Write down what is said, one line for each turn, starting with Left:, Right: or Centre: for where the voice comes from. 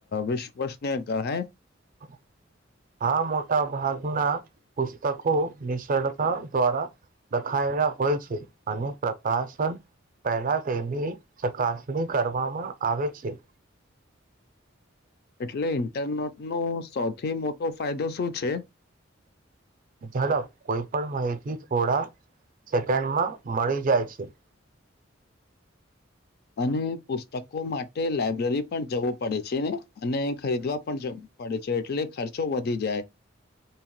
Left: વિશ્વસનીય હે
Right: બ આ મોટા ભાગના પુસ્તકો, નિસ દ્વારા દખાયેલા હોય છે, અને પ્રકાશન પહેલા, તેની ચકાસણી કરવામાં આવે છે.
Left: એટલે ઇન્ટરનેટનો સૌથી, મોટો ફાયદો શું છે.
Right: ઝડપ કોઈ, પણ માયથી થોડા સેકન્ડમાં મળી જાય છે.
Left: અને પુસ્તકો માટે લાઈબ્રેરી, પણ જવું પડે છેને, અને ખરીદવા પણ પડે છે, એટલે ખર્ચો વધી જાય